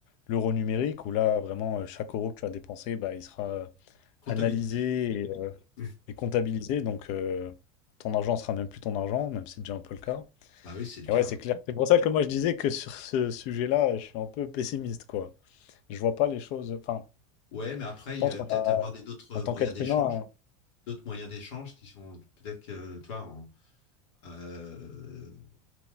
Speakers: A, on the left; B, on the left.
A: l'euro numérique où là, vraiment, euh, chaque euro que tu as dépensé, bah, il sera euh,
B: Comptabilisé.
A: analyser et, euh,
B: <laughs>
A: et comptabiliser. Donc, euh, ton argent sera même plus ton argent, même si c'est déjà un peu le cas.
B: Bah oui, c'est le
A: Et
B: cas.
A: ouais, c'est
B: Ouais.
A: clair. C'est pour ça que moi, je disais que sur ce sujet-là, je suis un peu pessimiste, quoi. Je vois pas les choses. Enfin,
B: Ouais, mais après,
A: je pense
B: il va
A: qu'on
B: peut-être
A: a,
B: avoir des d'autres
A: en tant
B: moyens
A: qu'être
B: d'échange,
A: humain, euh,
B: d'autres moyens d'échange qui sont peut-être que, tu vois, en- euh,